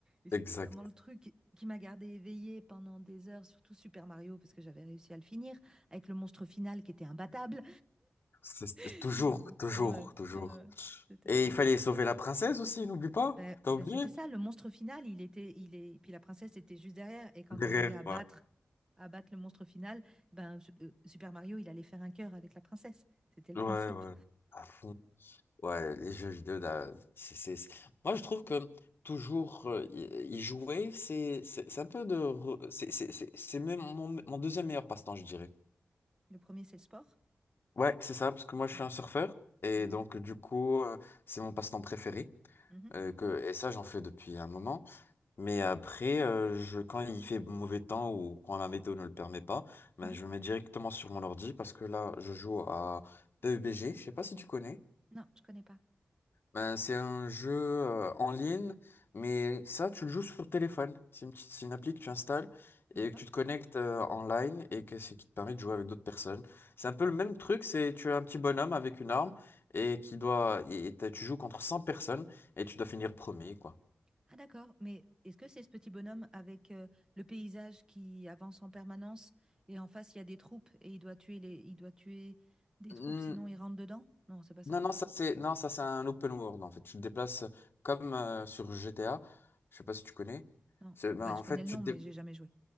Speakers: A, on the right (about 15°); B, on the left (about 60°).
A: Et c'était
B: exact.
A: vraiment le truc qui m'a gardée éveillée pendant des heures, surtout Super Mario, parce que j'avais réussi à le finir, avec le monstre final qui était imbattable.
B: C'est- c'est-
A: <laughs>
B: toujours, toujours,
A: Ouais, ouais,
B: toujours.
A: ouais. C'était
B: Et
A: vraiment
B: il fallait
A: chouette.
B: sauver la princesse aussi, n'oublie pas.
A: Ben,
B: T'as
A: ben,
B: oublié?
A: c'était ça, le monstre final, il était, il est, puis la princesse était juste derrière, et quand
B: Derrière,
A: t'arrivais à battre,
B: ouais.
A: à battre le monstre final, ben su- euh, Super Mario, il allait faire un cœur avec la princesse. C'était le
B: Ouais,
A: principe.
B: ouais. À fond. Ouais, les jeux vidéo, là, c'est, c'est... c'est- Moi, je trouve que toujours euh, y y jouer, c'est c'est- c'est un peu de... re- C'est c'est- c'est- c'est même mon, mon deuxième meilleur passe-temps, je dirais.
A: Le premier, c'est le sport.
B: Ouais, c'est ça, parce que moi, je
A: Mm.
B: suis un surfeur. Et
A: Ouais.
B: donc, du coup, euh, c'est mon passe-temps préféré.
A: Mhm,
B: euh, que... Et ça, j'en fais depuis un moment. Mais après, euh, je, quand il fait mauvais temps ou quand la météo ne le permet pas, ben,
A: mhm.
B: je me mets directement sur mon ordi parce que là, je joue à PUBG. Je sais pas si tu connais.
A: Non, je connais pas.
B: Ben, c'est un jeu euh, en ligne, mais ça, tu le joues sur téléphone. C'est une, petite- c'est une appli que tu installes
A: D'accord?
B: et que tu te connectes euh, en ligne et que c'est qui te permet de jouer avec d'autres personnes. C'est un peu le même truc, c'est tu es un petit bonhomme avec une arme et qui doit et et t'as- tu joues contre 100 personnes et tu dois finir premier, quoi.
A: Ah d'accord, mais est-ce que c'est ce petit bonhomme avec euh, le paysage qui avance en permanence et en face il y a des troupes et il doit tuer les, il doit tuer des
B: Mmh,
A: troupes sinon il rentre dedans? Non, c'est pas ça.
B: Non, non, ça c'est non, ça c'est un open world en fait. Tu te déplaces euh, comme euh, sur GTA. Je sais pas si tu connais.
A: Non.
B: C'est- Ben,
A: Enfin,
B: en
A: je connais
B: fait,
A: le
B: tu
A: nom, mais
B: te, dé-
A: j'ai jamais joué.